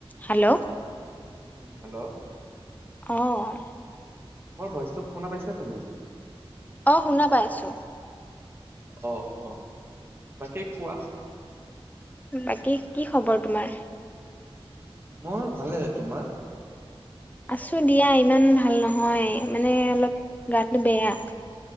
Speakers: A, on the left; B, on the right.
A: Hello.
B: Um, hello.
A: অ'।
B: মোৰ ভইচটো শুনা পাইছা তুমি?
A: অ, শুনা পাই আছোঁ।
B: অ, অ বাকী কোৱা।
A: বাকী কি খবৰ তোমাৰ?
B: মই ভালে, তোমাৰ?
A: আছোঁ দিয়া ইমান ভাল নহয়, মানে অলপ গাটো বেয়া।